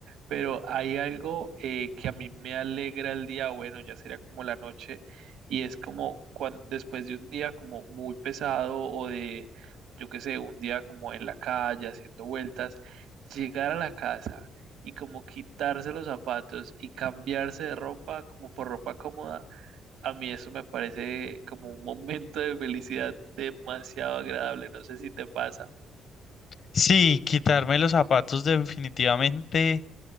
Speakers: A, on the right; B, on the left.
A: pero hay algo eh, que a mí me alegra el día, bueno, ya sería como la noche, y es como cuando, después de un día como muy pesado o de, yo qué sé, un día como en la calle haciendo vueltas, llegar a la casa y como quitarse los zapatos y cambiarse de ropa como por ropa cómoda, a mí eso me parece como un momento de felicidad demasiado agradable, no sé si te pasa.
B: Sí, quitarme los zapatos definitivamente